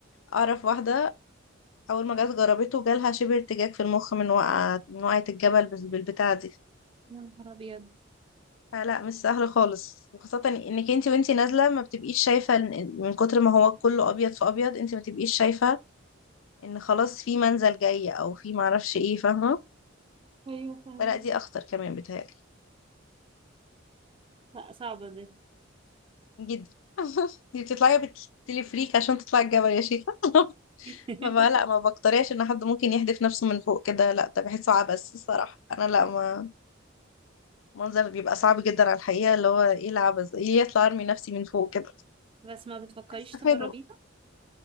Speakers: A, on the left (about 80°); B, on the right (about 25°).
A: اعرف واحده اول ما جت جربته جالها شبه ارتجاج في المخ من وقعه من وقعه الجبل بال- بالبتاعه دي
B: <laughs> يا نهار أبيض
A: فلا مش سهل خالص وخاصه انك انت وانتي نازله ما بتبقيش شايفه ال- من كتر ما هو كله ابيض في ابيض انت ما تبقيش شايفه ان خلاص في منزل جاي او في معرفش ايه فاهمه
B: أيوة فهماكي
A: فلا دي اخطر كمان بتهيألي
B: لا صعبة دي
A: جدا <laughs> دي بتطلعي بالتليفريك عشان تطلعي الجبل يا شيخة <laughs>
B: <laughs>
A: فما لا ما بقترحش ان حد ممكن يحدف نفسه من فوق كده لا ده بحسه عبث الصراحه انا لا ما منظر بيبقى صعب جدا على الحقيقه اللي هو ايه العبث ايه يطلع ارمي نفسي من فوق كده
B: بس ما بتفكريش
A: استفادوا
B: تجربيها